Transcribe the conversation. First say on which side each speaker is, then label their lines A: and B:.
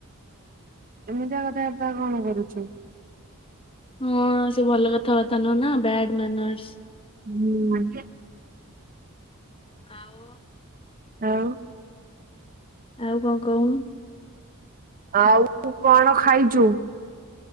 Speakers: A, on the right (about 40°); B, on the left (about 25°).
A: ଏମିତିଆ କଥାବାର୍ତ୍ତା କଣ କରୁଛି?
B: ହଁ ସେ ଭଲ କଥାବାର୍ତ୍ତା ନୁହଁ ନା ବାଡ୍ ମାନର୍ସ।
A: ହୁଁ।
B: ଆଉ
A: ଆଉ
B: ଆଉ କଣ କହୁ
A: ଆଉ ତୁ କଣ ଖାଇଛୁ?